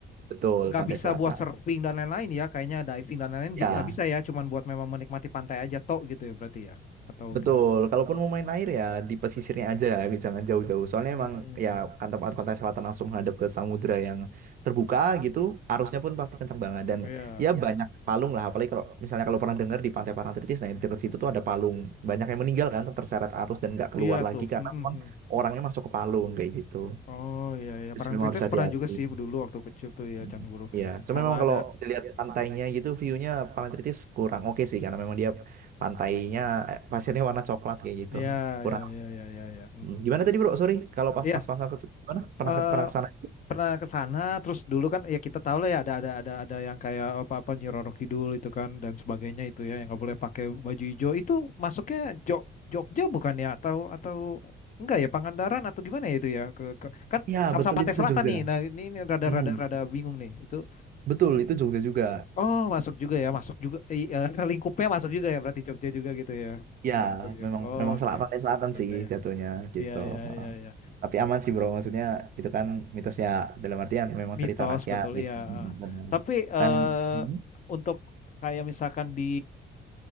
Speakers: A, on the right; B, on the left.
A: betul,
B: nggak
A: Pantai
B: bisa
A: Selatan.
B: buat surfing dan lain-lain ya. Kayaknya diving dan lain-lain
A: Ya,
B: gitu nggak bisa ya. Cuman buat memang menikmati pantai aja tok gitu ya berarti ya. Atau
A: Betul,
B: gimana?
A: kalaupun mau main air ya di pesisirnya aja, jangan jauh-jauh. Soalnya
B: Hmm.
A: emang ya kan tempat pantai selatan langsung menghadap ke samudra yang terbuka gitu, arusnya pun pasti kencang banget dan
B: Oh ya.
A: ya banyak palung lah. Apalagi kalau misalnya kalau pernah dengar di Pantai Parangtritis, nah di dekat situ tuh ada palung, banyak yang meninggal kan terseret arus dan nggak keluar
B: Iya
A: lagi
B: tuh.
A: karena
B: Mm-mm.
A: memang orangnya masuk ke palung kayak gitu.
B: Oh iya ya.
A: Terus
B: Parangtritis
A: memang harus hati-hati.
B: pernah juga sih dulu waktu kecil tuh ya
A: Hmm.
B: Candi Borobudur.
A: Iya, cuma
B: Sama
A: memang
B: ada.
A: kalau dilihat pantainya gitu, view-nya Parangtritis kurang oke sih karena memang dia pantainya eh, pasirnya warna coklat kayak gitu
B: Ya
A: kurang
B: ya ya ya ya ya.
A: Hmm, Gimana tadi bro? Sorry, kalau pas
B: Iya.
A: pas pas ke gimana? Pernah
B: eh,
A: ke- pernah kesana
B: pernah ke sana terus dulu kan ya kita tahu lah ya ada ada ada ada yang kayak apa-apa Nyi Roro Kidul itu kan dan sebagainya itu ya yang nggak boleh pakai baju hijau itu masuknya Jog Jogja bukan ya atau atau enggak ya Pangandaran atau gimana ya itu ya ke, ke- kan
A: Ya
B: sama-sama
A: betul
B: Pantai
A: itu
B: Selatan
A: Jogja.
B: nih nah ini, ini rada
A: Hmm,
B: rada rada bingung nih itu
A: betul itu Jogja juga.
B: oh masuk juga ya masuk juga eh, eh, <laughs> lingkupnya masuk juga ya berarti Jogja juga gitu ya
A: Ya
B: Jogja.
A: memang
B: oke
A: memang selatan pantai selatan
B: agenda
A: sih
B: ya
A: jatuhnya gitu.
B: iya iya
A: Heeh.
B: iya iya
A: Tapi aman sih bro, maksudnya itu kan mitosnya dalam artian memang
B: Mitos
A: cerita rakyat
B: betul
A: gitu.
B: iya.
A: Mm, mm, Benar.
B: Tapi eh
A: Dan Hmm?
B: untuk kayak misalkan di